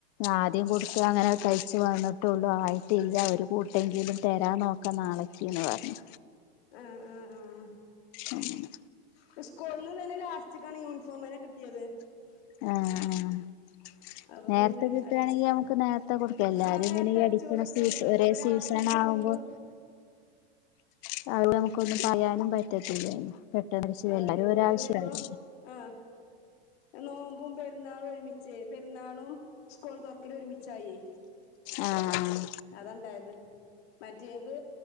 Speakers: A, on the left; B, on the left.
A: ആദ്യം കൊടത്തു തയ്യിച്ചു വന്നിട്ടുള്ള അയിട്ടില്ല ഒരു കൂട്ട് എങ്കിലും തരാൻ നോക്ക നാളെ ചീന്ന് പറഞ്ഞ്
B: ആഹ് ആഹ് ആഹ്
A: അങ്ങനെ
B: <inaudible>
A: <inaudible>
B: അപ്പൊ പിന്നെ അടിച്ച്
A: <unintelligible>
B: ആഹ് നേരത്തെ അടിച്ചു കൊടു കൊടുക്ക ഇതിപ്പോ ലാസ്റ്റ്ക്ക് കിട്ടുമ്പോ
A: <inaudible>
B: അതാണെ
A: എല്ലാരും
B: പൊതുവേ
A: ഒരാവശ്യമായിരുന്നു
B: ഇപ്പം ആ നോമ്പും പെരുന്നാൾ ന്നാള് ഒരുമിച്ച് പെരുന്നാളും സ്‌കൂൾ തൊറക്കലും ഒരുമിച്ചായേ
A: ആ ആഹ്
B: അതാ ഇണ്ടായത് മറ്റേത്